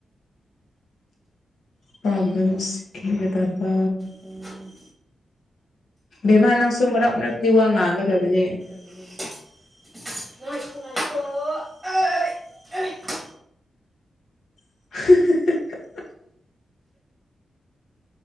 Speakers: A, on the left; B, in the centre.
A: <unintelligible> ꯒꯗꯕ
B: ꯎꯝ
A: ꯕꯦꯝꯃꯥ ꯅꯪꯁꯨ ꯃꯔꯛ ꯃꯔꯛꯇ ꯋꯥ ꯉꯥꯡꯒꯗꯕꯅꯦ
B: <unintelligible> ꯉꯥꯏꯈꯣ ꯉꯥꯏꯈꯣ <unintelligible>
A: <unintelligible>